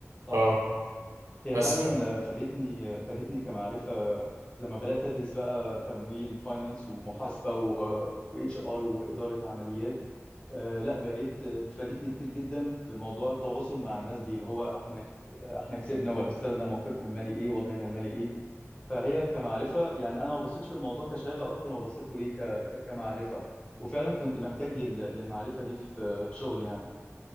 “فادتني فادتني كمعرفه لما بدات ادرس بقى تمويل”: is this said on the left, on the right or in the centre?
Left